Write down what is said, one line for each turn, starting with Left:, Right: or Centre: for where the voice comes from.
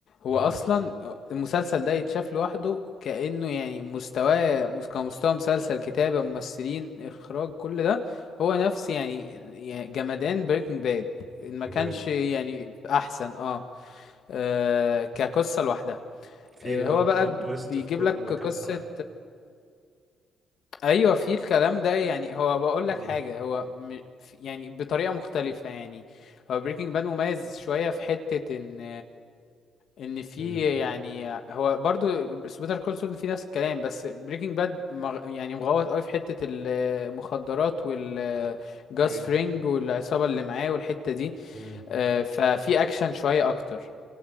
Left: هو
Right: امم
Left: اصلا المسلسل ده يتشاف لوحده كأنه يعني مستواه مس- كمستوى مسلسل كتابة ممثلين اخراج كل ده هو نفس يعني يعني جمدان بريكنج باد ان ما
Right: بجد
Left: كانش يعني احسن اه, آه كقصة لوحدها
Right: في
Left: آه
Right: اللي
Left: هو
Right: هو البلوت
Left: بقى
Right: تويست
Left: بيجيب
Right: في كل
Left: لك
Right: كام
Left: قصة
Right: حلقة
Left: ايوه في الكلام ده يعني هو بقول
Right: امم
Left: لك حاجه هو م... في- يعني بطريقه مختلفه يعني هو بريكنج باد مميز شويه في حته ان ان في
Right: امم
Left: يعني هو برضو بيتر كول سول في نفس الكلام بس بريكنج باد مغ... يعني مغوط قوي في حته المخدرات والجاس
Right: اي
Left: فرينج والعصابه اللي معاه والحته دي
Right: امم
Left: آه، ففي اكشن شويه اكتر